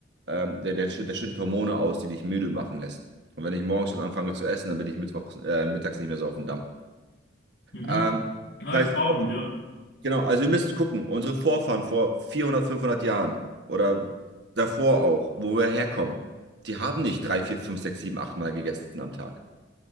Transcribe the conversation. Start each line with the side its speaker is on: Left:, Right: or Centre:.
Right: ähm, der, der, schütt- der schüttet Hormone aus, die dich müde machen lässt. Und wenn ich morgens schon anfange zu essen, dann bin ich mittwochs, äh, mittags nicht mehr so auf dem Damm.
Left: Mhm.
Right: Ähm,
Left: Ja,
Right: das
Left: spannend,
Right: heißt, auch
Left: ja.
Right: Genau, also wir müssen gucken, unsere Vorfahren vor 400, 500 Jahren oder davor auch, wo wir herkommen, die haben nicht drei, vier, fünf, sechs, sieben, acht Mal gegessen am Tag.